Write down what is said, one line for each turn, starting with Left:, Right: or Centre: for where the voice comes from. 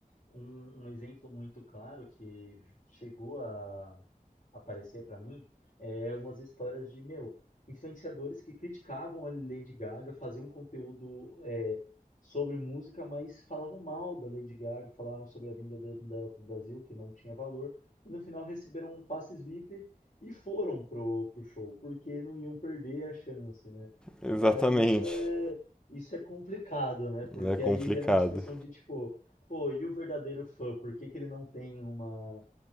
Left: Um, um exemplo muito claro que chegou a aparecer para mim é umas histórias de, meu, influenciadores que criticavam a Lady Gaga, faziam um conteúdo é, sobre música, mas falavam mal da Lady Gaga, falaram sobre a vinda de- dela para o Brasil, que não tinha valor, e no final receberam passes VIP e foram pro, pro show, porque não iam perder a chance, né?
Centre: Exatamente.
Left: Cara, isso é isso é complicado, né? Porque
Centre: É complicado.
Left: aí gera uma situação de tipo, pô, e o verdadeiro fã? Por que que ele não tem uma